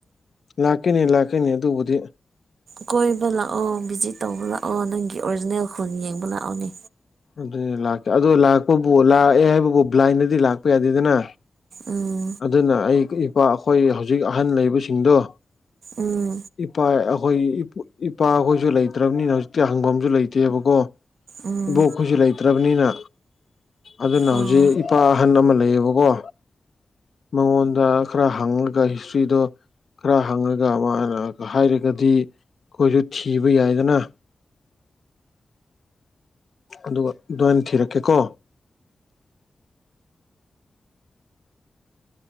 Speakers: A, on the left (about 65°); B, on the right (about 80°).
A: ꯂꯥꯛꯀꯅꯤ ꯂꯥꯛꯀꯈꯤꯅꯤ ꯑꯗꯨꯨꯕꯨꯗꯤ
B: ꯀꯣꯏꯕ ꯂꯥꯛꯑꯣ ꯚꯤꯖꯤꯠ ꯇꯧꯕ ꯂꯥꯛꯑꯣ ꯅꯪꯒꯤ ꯑꯣꯔꯤꯖꯤꯅꯦꯜ ꯈꯨꯜ ꯌꯦꯡꯕ ꯂꯥꯛꯑꯣꯅꯦ
A: ꯑꯗꯨ ꯂꯥꯛꯀꯦ ꯑꯣ ꯂꯥꯛꯄꯕꯨ ꯂꯥꯛꯑꯦ ꯍꯥꯏꯕꯕꯨ ꯕ꯭ꯂꯥꯏꯟꯗꯗꯤ ꯂꯥꯛꯄ ꯌꯥꯗꯦꯗꯅ
B: ꯎꯝ
A: ꯑꯗꯨꯅ ꯑꯩ ꯏꯄꯥ ꯑꯩꯈꯣꯏ ꯍꯧꯖꯤꯛ ꯑꯍꯟ ꯂꯩꯕꯁꯤꯡꯗꯣ
B: ꯎꯝ
A: ꯏꯄꯥ ꯑꯩꯈꯣꯏ ꯏꯄꯥꯈꯣꯏꯁꯨ ꯂꯩꯇ꯭ꯔꯕꯅꯤꯅ ꯍꯧꯖꯤꯛꯇꯤ ꯍꯪꯐꯝꯁꯨ ꯂꯩꯇꯦꯕꯀꯣ
B: ꯎꯝ
A: ꯏꯕꯣꯛꯈꯣꯏꯁꯨ ꯂꯩꯇ꯭ꯔꯕꯅꯤꯅ ꯑꯗꯨꯅ
B: ꯑꯣ
A: ꯍꯧꯖꯤꯛ ꯏꯄꯥ ꯑꯍꯟ ꯑꯃ ꯂꯩꯌꯦꯕꯀꯣ ꯃꯉꯣꯟꯗ ꯈꯔ ꯍꯪꯉꯒ ꯍꯤꯁꯇ꯭ꯔꯤꯗꯣ ꯈꯔ ꯍꯪꯉꯒ ꯑꯃ ꯍꯥꯏꯔꯒꯗꯤ ꯑꯩꯈꯣꯏꯁꯨ ꯊꯤꯕ ꯌꯥꯏꯗꯅ ꯑꯗꯨꯒ ꯑꯗꯨꯃꯥꯏꯅ ꯊꯤꯔꯛꯀꯦꯀꯣ